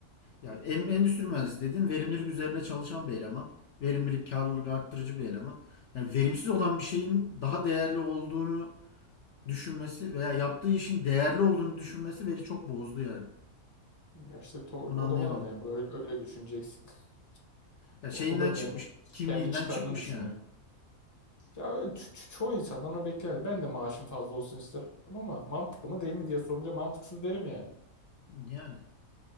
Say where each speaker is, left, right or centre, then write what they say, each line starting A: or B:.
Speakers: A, on the left; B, on the left.
A: Ya en- endüstri mühendisi dediğin verimlilik üzerine çalışan bir eleman. Verimlilik, karlılık arttırıcı bir eleman. Yani verimsiz olan bir şeyin daha değerli olduğunu düşünmesi veya yaptığı işin değerli olduğunu düşünmesi beni çok bozdu yani.
B: Ya işte to-
A: Onu
B: o
A: anlayamadım.
B: da o da memur öyle, öyle düşüneceksin. <laughs>
A: Ya şeyinden
B: O, o da memur
A: çıkmış, kimliğinden
B: kendi çıkarını
A: çıkmış
B: düşünüyor.
A: yani.
B: Ya öyle ço- ço- çoğu insandan onu bekler. Ben de maaşım fazla olsun isterim ama mantıklı mı değil mi diye sorunca mantıksız derim yani.
A: Yani.